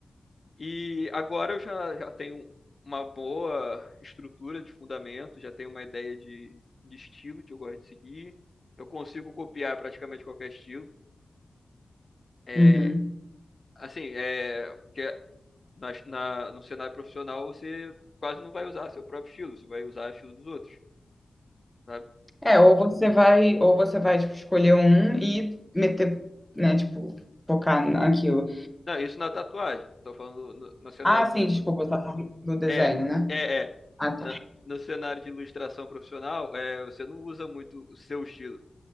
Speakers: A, on the left (about 30°); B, in the centre.
A: E agora eu já, já tenho uma boa estrutura de fundamento, já tenho uma ideia de, de estilo que eu gosto de seguir. Eu consigo copiar praticamente qualquer estilo. É,
B: Uhum.
A: assim, é, porque na, na- no cenário profissional você quase não vai usar seu próprio estilo, você vai usar o estilo dos outros. sabe?
B: É, ou você vai, ou você vai, tipo, escolher um e meter, né, tipo, focar naquilo.
A: Não, isso na tatuagem. Tô falando no, no cenário
B: Ah, sim,
A: de.
B: desculpa, você tá falando do desenho,
A: É,
B: né?
A: é, é.
B: Ah, tá.
A: Na- no cenário de ilustração profissional, é, você não usa muito o seu estilo.